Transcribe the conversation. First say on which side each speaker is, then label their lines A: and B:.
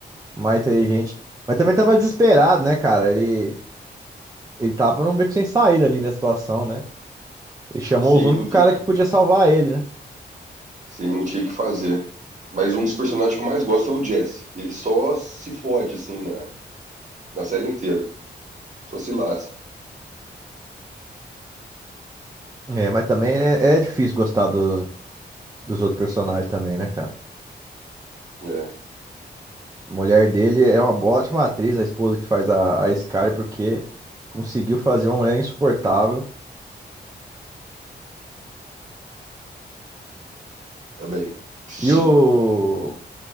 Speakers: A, on the right; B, on the right.
A: mais inteligente. Mas também tava desesperado, né, cara? Ele, ele tava num beco sem saída ali na situação, né? Ele chamou
B: Sim,
A: os únicos
B: não tinha,
A: cara que podia salvar ele, né?
B: sim, não tinha o que fazer. Mas um dos personagens que eu mais gosto é o Jesse. Ele só se fode, assim, na, na série inteira. Só se lasca.
A: É, mas também é, é difícil gostar do- dos outros personagens também, né, cara?
B: É,
A: A mulher dele é uma boa- ótima atriz, a esposa que faz a, a Scar, porque conseguiu fazer uma mulher insuportável.
B: também. Psi-
A: E o,